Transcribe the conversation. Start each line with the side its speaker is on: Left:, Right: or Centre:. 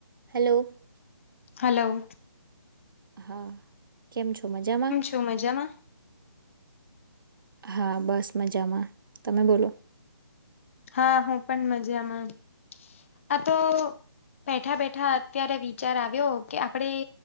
Right: Hello.
Left: Hello.
Right: હા, કેમ છો મજામાં?
Left: શું મજામાં?
Right: હા, બસ મજામાં તમે બોલો?
Left: હા, હું પણ મજામાં આ તો.,. બેઠા-બેઠા અત્યારે વિચાર આવ્યો કે આપણેે...